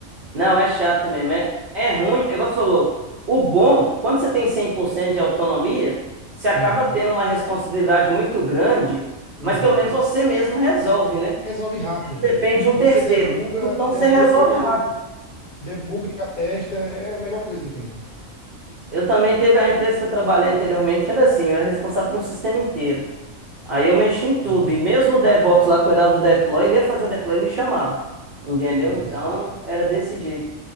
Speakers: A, on the right (about 60°); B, on the left (about 50°).
A: Não, é chato mesmo. É, é ruim, é igual você falou. O bom, quando você tem 100% de autonomia, você acaba
B: Uhum,
A: tendo uma responsabilidade muito grande,
B: uhum.
A: mas pelo menos você mesmo resolve, né?
B: Resolve rápido,
A: Você não
B: velho.
A: depende de um
B: Você
A: terceiro.
B: debuga,
A: Então
B: debuga
A: você resolve
B: todos
A: rápido.
B: os. Debuga e já testa, é a melhor coisa que tem.
A: Eu também teve a empresa que eu trabalhei anteriormente, era assim, eu era responsável por um sistema inteiro. Aí eu mexi em tudo,
B: Uhum.
A: e mesmo o DevOps lá cuidava do deploy, ele ia fazer o deploy, ele me chamava. Entendeu?
B: Ah,
A: Então
B: sim.
A: era desse jeito.